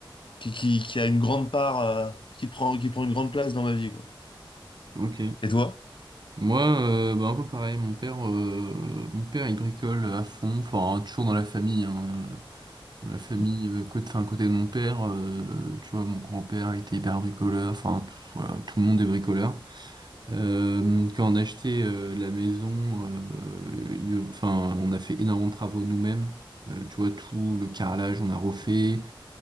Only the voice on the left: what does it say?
qui, qui, qui a une grande part, euh, qui prend, qui prend une grande place dans ma vie, quoi.
Et toi?
Hmm.